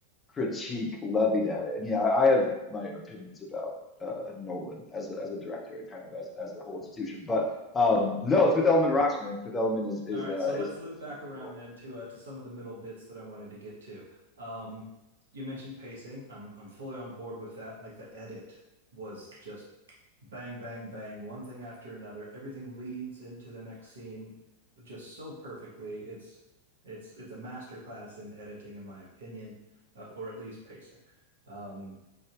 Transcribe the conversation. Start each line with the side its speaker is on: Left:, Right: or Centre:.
Left: critique levied at it. And yeah, I have my opinions about uh, Nolan as a, as a director and kind of as as the whole institution. But um, no, Fifth Element rocks, man. Fifth Element is is
Right: All right,
Left: uh,
Right: so let's
Left: is,
Right: loop
Left: is
Right: back
Left: super
Right: around
Left: cool.
Right: then to uh, to some of the middle bits that I wanted to get to. Um, you mentioned pacing. I'm I'm fully on board with that. Like the edit was just bang, bang, bang, one thing after another. Everything leads into the next scene just so perfectly. It's it's it's a masterclass in editing, in my opinion, uh, or at least pacing. Um,